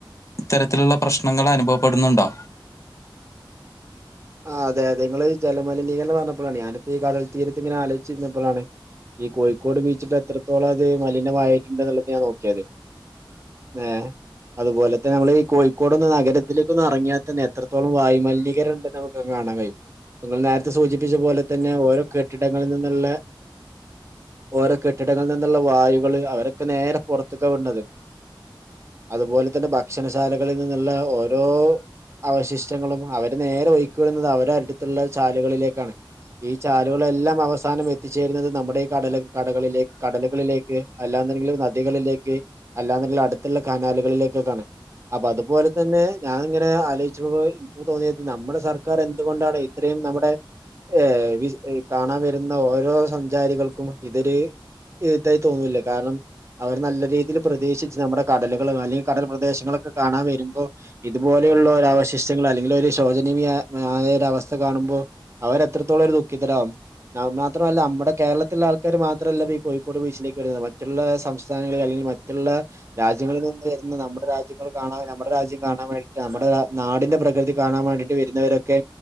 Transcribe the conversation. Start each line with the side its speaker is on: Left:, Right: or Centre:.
Left: ഇത്തരത്തിലുള്ള പ്രശ്നങ്ങൾ അനുഭവപ്പെടുന്നുണ്ടോ
Right: ആ അതെ അതെ നിങ്ങള് ജലമലിനീകരണം എന്ന് പറഞ്ഞപ്പളാണ് ഞാനിപ്പോ ഈ കടൽ തീരത്ത് ഇങ്ങനെ ആലോച്ചിരുന്നപ്പഴാണ് ഈ കോഴിക്കോട് ബീച്ചിൽ എത്രത്തോളം അത് മലിനമായിട്ടുണ്ട് എന്നുള്ളത് ഞാൻ നോക്കിയത് ഏഹ്. അതുപോലെ തന്നെ നമ്മൾ ഈ കോഴിക്കോടൊന്ന് നഗരത്തിലേക്ക് ഒന്ന് എറങ്ങിയാ തന്നെ എത്രത്തോളം വായുമലിനീകരണ്ട് ന്ന് നമുക്ക് കാണാൻ കഴിയും ഇപ്പങ്ങൾ നേരത്തെ സൂചിപ്പിച്ച പോലെ തന്നെ ഓരോ കെട്ടിടങ്ങളിൽ നിന്നുള്ള ഓരോ കെട്ടിടങ്ങളിൽ നിന്നുള്ള വായുകള് അവരൊക്കെ നേരെ പുറത്ത് ക്കാ വിട്ണത് അതുപോലെ തന്നെ ഭക്ഷണശാലകളിൽ നിന്നുള്ള ഓരോ അവശിഷ്ടങ്ങളും അവര് നേരെ ഒഴുക്കിവിടുന്നത് അവരെ അടുത്തുള്ള ചാലുകളിലേക്കാണ് ഈ ചാലുകളെല്ലാം അവസാനം എത്തിച്ചേരുന്നത് നമ്മുടെ ഈ കടല് കടകളിലേ കടലുകളിലേക്ക് അല്ലാ ന്നുണ്ടെങ്കില് നദികളിലേക്ക് അല്ലാന്നിണ്ടെങ്കിൽ അടുത്തുള്ള കനാലുകളിലേകൊക്കെ ആണ് അപ്പ അതുപോലെ തന്നെ ഞാന് ഇങ്ങനെ ആലോ ലോയ്ച്ച് പോയി ഇൻക് തോന്നിയത് നമ്മുടെ സർക്കാർ എന്തുകൊണ്ടാണ് ഇത്രയും നമ്മുടെ ഏഹ് കാണാൻ വരുന്ന ഓരോ സഞ്ചാരികൾക്കും ഇതൊരു ഇതായി തോന്നുല്ലെ കാരണം അവര് നല്ല രീതീല് പ്രതീക്ഷിച്ച് നമ്മുടെ കടലുകളും അല്ലെങ്കിൽ കടൽ പ്രദേശങ്ങളൊക്കെ കാണാൻ വരുമ്പോ ഇതുപോലെയുള്ള അവശിഷ്ടങ്ങൾ അല്ലെങ്കിൽ ഒരു ശോചനീയ ആ ഒരു അവസ്ഥ കാണുമ്പോൾ അവരെത്രത്തോളം ഒരു ദുഃഖിതരാവും മാത്രമല്ല നമ്മുടെ കേരളത്തിലുള്ള ആൾക്കാര് മാത്രമല്ല ഇപ്പീ കോഴിക്കോട് ബീച്ചിലേക്ക് വരുന്നത് മറ്റുള്ള സംസ്ഥാനങ്ങളിലെ അല്ലെങ്കിൽ മറ്റുള്ള രാജ്യങ്ങളിൽ നിന്ന് വരുന്ന നമ്മുടെ രാജ്യങ്ങൾ കാണാന് നമ്മുടെ രാജ്യം കാണാൻ വേണ്ടിട്ട് നമ്മുടെ രാ നാടിന്റെ പ്രകൃതി കാണാൻ വേണ്ടിയിട്ട് വരുന്നവരൊക്കെ